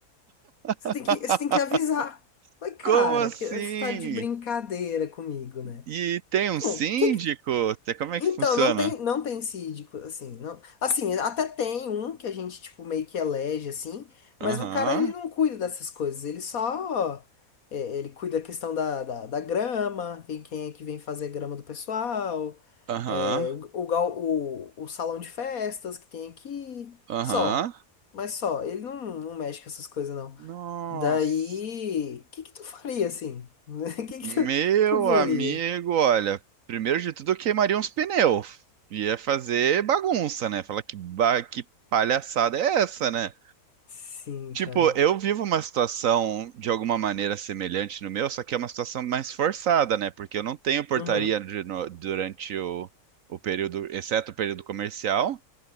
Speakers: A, on the left (about 65°); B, on the right (about 65°).
A: você
B: <laughs>
A: tem que, você tem que avisar. Oi, cara,
B: Como assim?
A: que- você tá de brincadeira comigo, né?
B: E tem um
A: Então,
B: síndico?
A: que que-
B: Tem- Como é
A: então
B: que funciona?
A: não tem, não tem síndico, assim, não. Assim, até tem um que a gente tipo meio que elege assim, mas
B: Aham,
A: o cara ele não cuida dessas coisas, ele só é, ele cuida da questão da, da, da grama, quem, quem é que vem fazer a grama do pessoal,
B: aham,
A: é, o, o, gal- o, o salão de festas que tem aqui,
B: aham.
A: só. Mas só, ele não, não mexe com essas coisas, não.
B: Nossa.
A: Daí, o que que tu faria assim? <laughs> O que
B: Meu
A: que tu proporia?
B: amigo, olha, primeiro de tudo eu queimaria uns pneus. Ia fazer bagunça, né? Falar que, ba- que palhaçada é essa, né?
A: Sim,
B: Tipo,
A: cara.
B: eu vivo uma situação de alguma maneira semelhante no meu, só que é uma situação mais forçada, né? Porque eu não tenho portaria
A: Uhum.
B: de no- durante o, o período, exceto o período comercial.